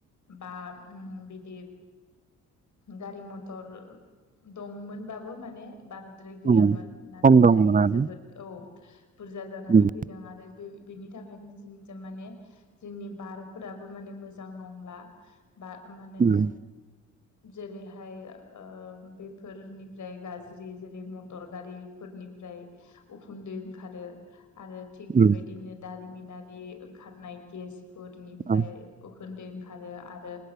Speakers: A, on the left; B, on the right.
A: बा उम बिदि गारि मथर दंमोनबाबो माने बाराद्राय गैयामोन
B: उम
A: नाथाय
B: खम दंमोन
A: दायो
B: आरो
A: जोबोद औ बुरजा जानानै
B: उम
A: फैदों आरो बे बेनि थाखायनोमाने जोंनि बारफोराबो माने मोजां नंला बा माने
B: उम
A: जेरैहाय ओ बेफोरनिफ्राय गाज्रि जेरै मटर गारिफोरनि निफ्राय उखुन्दै ओंखारो आरो थिग
B: उम
A: बेबायदिनो दारिमिनारि ओंखारनाय गेसफोर फ्राय
B: औ
A: उखुन्दै ओं आरो आरो